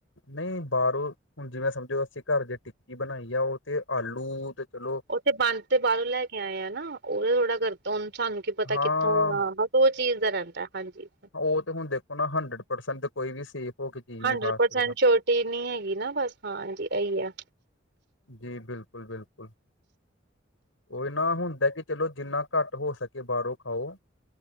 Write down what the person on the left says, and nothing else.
ਨਹੀਂ ਬਾਹਰੋਂ ਹੁਣ ਜਿਵੇਂ ਸਮਝੋ ਅਸੀਂ ਘਰ ਜੇ ਟਿੱਕੀ ਬਨਾਈ ਆ ਉਹ ਤੇ ਆਲੂ ਤੇ ਚਲੋ
ਹਾਂ
ਉਹ ਤੇ ਹੁਨ ਦੇਖੋ ਨਾ ਹੰਡਰਡ ਪਰਸੈਂਟ ਤੇ ਕੋਈ ਵੀ ਸੇਫ ਹੋ ਕੇ ਚੀਜ਼
ਨਹੀਂ ਖਾ ਸਕਦਾ
ਜੀ ਬਿਲਕੁਲ ਬਿਲਕੁਲ ਉਹੀ ਨਾ ਹੁੰਦਾ ਕਿ ਚਲੋ ਜਿੰਨਾ ਘੱਟ ਹੋ ਸਕੇ ਬਾਹਰੋਂ ਖਾਓ